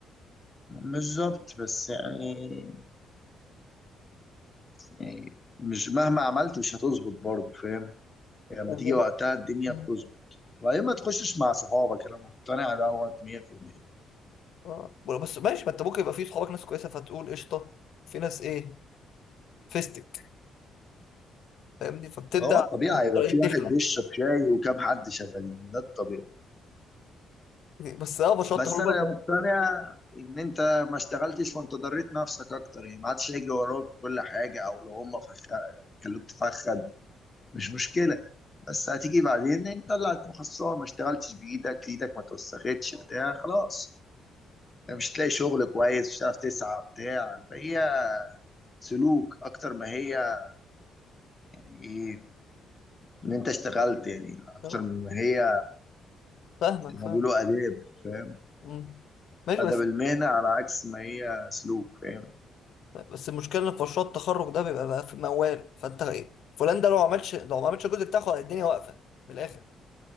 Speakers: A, on the left (about 30°); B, on the left (about 70°).
A: بالظبط بس يعني يعني مش مهما عملت مش هتظبط برضه فاهم يعني لما
B: وم...
A: تيجي وقتها الدنيا
B: مم.
A: بتظبط وبعدين ما تخشش مع صحابك أنا مقتنع دوت 100%
B: آه. بس ماشي ما انت ممكن يبقى في صحابك ناس كويسه فتقول قشطه في ناس ايه فيستك فاهمني فبتبدا
A: هو الطبيعي
B: بتبدأ
A: يبقى
B: إيه،
A: في
B: تخلع
A: واحد بيشرب شاي وكام حد شغالين ده الطبيعي
B: بس اه بشرط
A: بس
B: حروب
A: انا
B: ال-
A: مقتنع ان انت ما اشتغلتش وانت ضريت نفسك اكتر يعني ما عادش يجري وراك وكل حاجه او لو هم فخ... خلوك تفخد مش مشكله بس هتيجي بعدين انت طلعت مخصصه ما اشتغلتش بايدك ايدك ما توسختش بتاع خلاص يعني مش تلاقي شغل كويس مش هتعرف تسعى بتاع فهي سلوك اكتر ما هي يعني ايه ان انت اشتغلت يعني اكتر
B: آه،
A: ما هي
B: فاهمك
A: اللي
B: فاهمك
A: بيقولوا اداب فاهم
B: مم. ماشي
A: ادب
B: بس
A: المهنه على عكس ما هي سلوك فاهم
B: بس المشكله ان في مشروع التخرج ده بيبقى بقى في موال فانت ايه فلان ده لو ما عملش لو ما عملش الجزء بتاعه الدنيا واقفه من الاخر